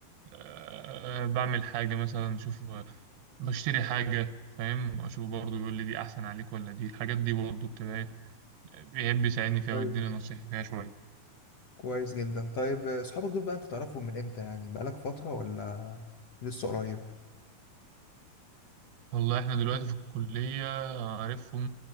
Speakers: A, on the right; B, on the left.
A: أه آه، بعمل حاجة مثلا أشوف بشتري حاجة فاهم أشوف برضه يقول لي دي أحسن عليك ولا دي الحاجات دي برضه بتبقى إيه، بيحب يساعدني فيها
B: كويس
A: ويديني نصيحة فيها شوية
B: كويس جدا طيب آه، صحابك دول بقى انت تعرفهم من امتى يعني بقالك فترة ولا لسه قريب
A: والله إحنا دلوقتي في الكلية عارفهم